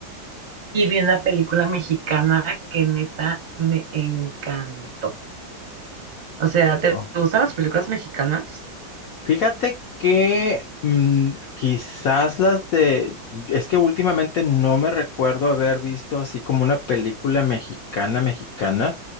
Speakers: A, on the right; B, on the left.
A: Y vi una película mexicana que neta me encantó. O sea, ¿te
B: Oh.
A: te gustan las películas mexicanas?
B: Fíjate que mm, quizás las de... Es que últimamente no me recuerdo haber visto así como una película mexicana, mexicana.